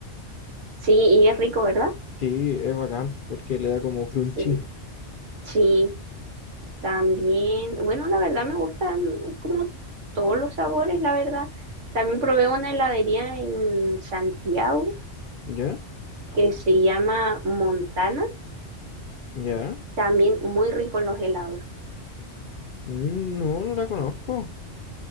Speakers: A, on the right; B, on the left.
A: Sí, y es rico, ¿verdad?
B: Sí, es bacán, porque le da como crunchy.
A: Sí, sí, También, bueno, la verdad me gustan como todos los sabores, la verdad. También probé una heladería en Santiago
B: ¿Ya?
A: que se llama Montana,
B: ¿Ya?
A: también muy rico los helados.
B: Mm, No, no la conozco.